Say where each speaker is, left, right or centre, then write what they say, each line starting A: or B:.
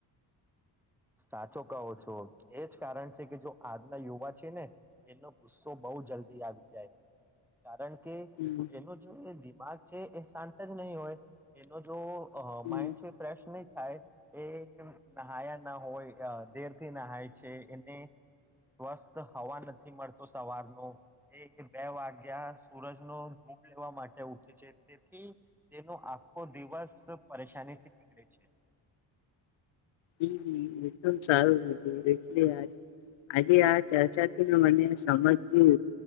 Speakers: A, in the centre; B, on the left.
A: સાચો કહો છો એજ કારણ છે કે જો આજના યુવા છે ને એનો ગુસ્સો બહુ જલ્દી આવી જાય કારણ કે. કે
B: હમ
A: એનો જો એ દિમાગ. છે એ શાંત જ નહીં હોય એનો જો.
B: હમ
A: માઇન્ડ છે ફ્રેેશ નહી. થાય એ નહયા. ના હોય દેર થી નાહાય છે એને સ્વસ્થ હવા નથી મળતો સવારનો એ બે વાગ્યા સુૂરજનો ધૂપ લેવા માટે ઉઠે છે તેથી એનો આખો દિવસ પરેશાનીથી નીકળે છે.
B: હમ. એકદમ સારું બું એટલે આજે આ ચર્ચા થી મને સમજું